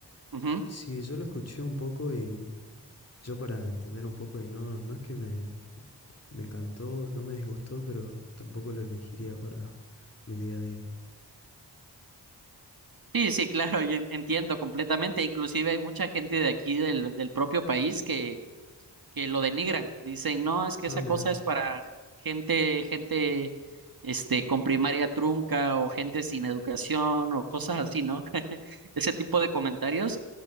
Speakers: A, on the right (about 55°); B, on the left (about 35°).
A: Ujú.
B: Sí, yo lo escuché un poco y yo para entender un poco, y no, no es que me, me encantó, no me disgustó, pero tampoco lo elegiría para mi día a día.
A: Sí, sí, claro, yo en- entiendo completamente. Inclusive hay mucha gente de aquí del, del propio país que que lo denigran. Dicen, no, es que
B: Ah,
A: esa
B: mira.
A: cosa es para gente, gente, este, con primaria trunca o gente sin educación o cosas así, ¿no? <laughs> Ese tipo de comentarios.